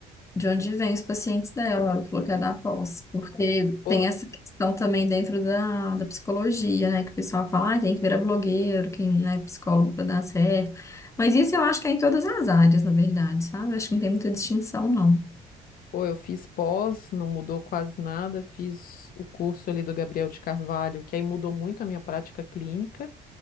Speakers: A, on the left; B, on the left.
A: de onde vem os pacientes dela, ela falou que é da pós, porque tem
B: Ou,
A: essa questão também dentro da, da psicologia, né? Que o pessoal fala, ah, tem que virar blogueiro, quem não é psicólogo para dar certo. Mas isso eu acho que é em todas as áreas, na verdade, sabe? Acho que não tem muita distinção, não.
B: ou eu fiz pós, não mudou quase nada. Fiz o curso ali do Gabriel de Carvalho, que aí mudou muito a minha prática clínica.